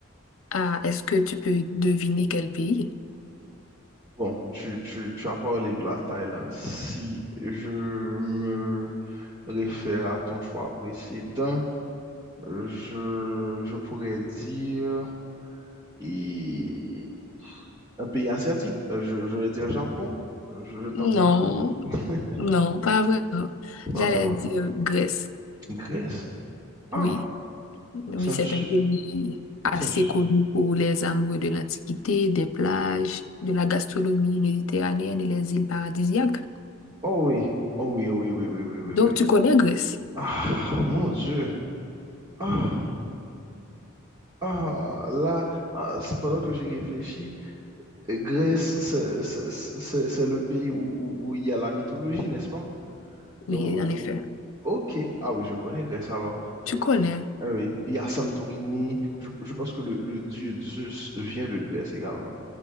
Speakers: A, on the left; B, on the right.
A: Ah, est-ce que tu peux deviner quel pays?
B: Bon, tu, tu, tu as parlé de la Thaïlande. Si je me réfère à ton choix précédent, euh, je, je pourrais dire Et un pays asiatique, euh, je, je vais dire Japon, Euh, je, je tente
A: Non,
B: ma chance. <laughs>
A: non, pas vraiment.
B: Pas
A: J'allais
B: vraiment.
A: dire Grèce.
B: Grèce. Ah,
A: Oui, oui,
B: c'est
A: c'est
B: un su...
A: un pays assez
B: c'est un su-
A: connu pour les amoureux de l'Antiquité, des plages, de la gastronomie méditerranéenne et les îles paradisiaques.
B: Oh oui. Oh oui, oh oui, oui, oui, oui, oui,
A: Donc,
B: oui.
A: tu connais Grèce?
B: Ah, mon Dieu. Ah, ah, là, ah, c'est pendant que j'y réfléchis, euh, Grèce, c'est c'est- c'est- c'est le pays où, où, où il y a la mythologie, n'est-ce pas?
A: Oui,
B: Où- où-
A: en effet.
B: ok. Ah oui, je connais Grèce alors.
A: Tu connais,
B: Ah oui, il y a Santorini. Je, je pense que le, le dieu Zeus vient de Grèce également.